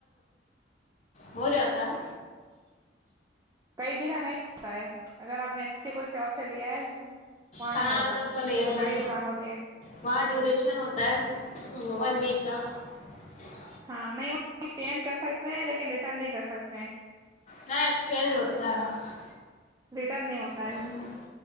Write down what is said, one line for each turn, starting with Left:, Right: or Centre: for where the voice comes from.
Left: ہو جاتا ہے
Right: کئی جگہ نہیں ہوتا ہے اگر آپ نے اچھے کوئی شوق سے لیا ہے وہاں
Left: ہاں
Right: نہیں ہوگا
Left: تب تو نہیں ہوتا
Right: جو بڑی دکان ہوتی ہے
Left: وہاں ڈیوریشن ہوتا ہے ون <inaudible>
Right: ہاں نہیں وہ ایکچینج کر سکتے ہیں لیکن ریٹرن نہیں کر سکتے ہیں
Left: نا ایکسچینج ہوتاتا ہے
Right: ریٹرن نہیں ہوتا
Left: ہ
Right: ہے